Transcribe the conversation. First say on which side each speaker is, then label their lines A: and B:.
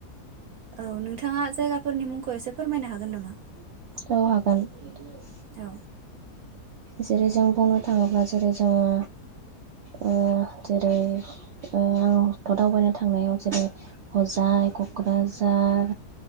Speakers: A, on the right; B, on the right.
A: औ नोंथाङा जायगाफोरनि मुंखौ एसे फोरमायनो हागोन नामा?
B: औ हागोन <unintelligible>
A: औ
B: जेरै जों बुंनो थाङोब्ला जेरै जोङो ओ जेरै ओ' दावबायनो थांनायाव जेरै हजाय क'क्राझार